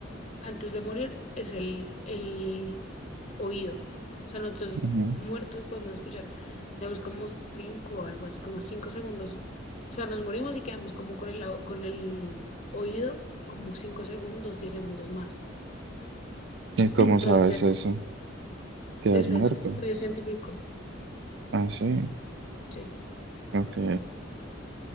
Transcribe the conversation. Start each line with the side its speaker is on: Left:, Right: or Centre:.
Left: antes de morir es el, el oído. O sea, nosotros
Right: ujú.
Left: muertos podemos escuchar, tenemos como cinco o algo así, como cinco segundos. O sea, nos morimos y quedamos como con el, con el oído como cinco segundos, diez segundos más.
Right: ¿Y cómo
Left: Entonces,
Right: sabes eso? ¿Te
Left: ese
Right: has muerto?
Left: es un estudio científico,
Right: Ah, sí.
Left: sí.
Right: Ok.